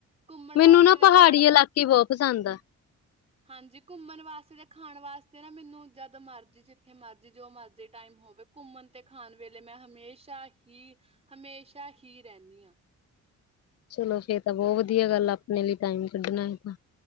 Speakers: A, on the right (about 20°); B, on the left (about 50°).
A: ਘੁੰਮਣ
B: ਮੈਨੂੰ
A: ਵਾਸਤੇ
B: ਨਾ
A: ਤੇ
B: ਪਹਾੜੀ
A: ਖਾਣ ਵਾ
B: ਇਲਾਕੇ ਬਹੁਤ ਪਸੰਦ ਆ।
A: ਹਾਂਜੀ, ਘੁੰਮਣ ਵਾਸਤੇ ਤੇ ਖਾਣ ਵਾਸਤੇ ਨਾ ਮੈਨੂੰ ਜਦ ਮਰਜ਼ੀ ਜਿੱਥੇ ਮਰਜ਼ ਜੀ ਜੋ ਮਰਜ਼ੀ ਟਾਈਮ ਹੋਵੇ ਘੁੰਮਣ ਤੇ ਖਾਣ ਵੇਲੇ ਮੈਂ ਹਮੇਸ਼ਾ ਹੀ ਹਮੇਸ਼ਾ ਹੀ ਰਹਿੰਦੀ ਹਾਂ,
B: ਚਲੋ ਫੇਰ ਤਾਂ ਬਹੁਤ ਵਧੀਆ ਗੱਲ ਆਪਣੇ ਲਈ ਟਾਈਮ ਕੱਢਣਾ ਹੈ ਤਾਂ,